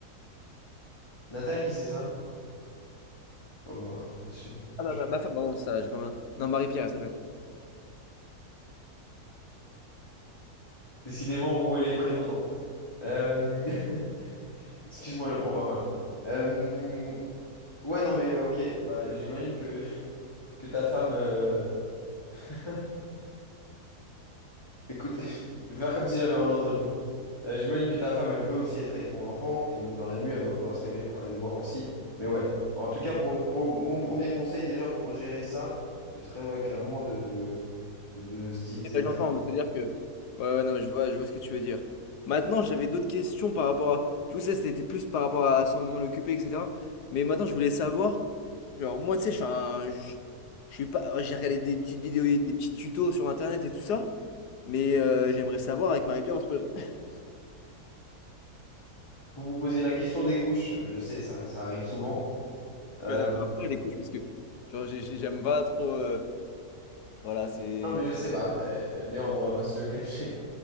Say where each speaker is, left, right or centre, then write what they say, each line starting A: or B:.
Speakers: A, on the left; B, on the left.
A: Nathalie, c'est ça? Bon, bah, sur-
B: Ah,
A: je-
B: ma, ma, ma femme, pardon, ça, j'ai pas. ma- Non, Marie-Pierre, elle s'appelle.
A: Décidément, rouer les prénoms. hein. Euh, <laughs> Excuse-moi, le prends pas mal. Euh, Ouais, non, mais euh, ok. Bah, j'imagine que... que ta femme... euh, <laughs> Écoute, <laughs> je vais faire comme si j'avais rien entendu. Euh, j'imagine que ta femme, elle veut aussi être avec ton enfant, et donc dans la nuit, elle va vouloir se réveiller pour aller le voir aussi. Mais ouais, en tout cas, pour, pour mon premier conseil déjà pour gérer ça, ce serait ouais, clairement de, de, de, de se diviser
B: Ouais,
A: là.
B: J'entends,
A: <laughs>
B: mais c'est-à-dire que. Ouais, ouais, non, mais je vois, je vois ce que tu veux dire. Maintenant, j'avais d'autres questions par rapport à. Du coup, ça, c'était plus par rapport à s'en m'en occuper, etc. Mais maintenant, je voulais savoir. Genre, moi, tu sais, je suis un. Je, je suis pas. J'ai regardé des petites vidéos, et des petits tutos sur Internet et tout ça. Mais euh, j'aimerais savoir avec Marie-Pierre, on se pose. <laughs>
A: Vous vous posez la question des couches, je sais, ça, ça arrive souvent. Euh,
B: Ouais, ça me fait un peu les couches parce que. Genre, j'ai- j'ai- j'aime pas trop. euh, Voilà, c'est.
A: non, mais je sais, bah, euh, Léandre, on va pas se le <laughs> cacher.